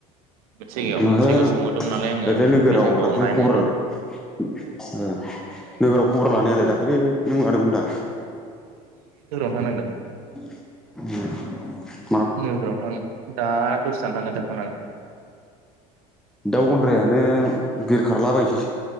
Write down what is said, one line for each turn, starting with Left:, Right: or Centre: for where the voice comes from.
Right: मोनसे जायगायाव
Centre: माथो
Right: मोनसे जायगायाव सोंहरदोंमोन नालाय आङो
Centre: ओरैजाय नोगोराव
Right: बे जायगायाव
Centre: दाख्लै
Right: नायनो
Centre: खबरल
Right: नागिरदों
Centre: ओ नोगोराव खबर लानायालाय
Right: आरो औ
Centre: दाखालि नों लादोंमोन दा
Right: आंनो दा
Centre: <inaudible>
Right: नोगोरावनो थांनो दा दसे थाना थांखाजाखांनानै
Centre: दाउ गन्द्रायानो बिरखारलाबाय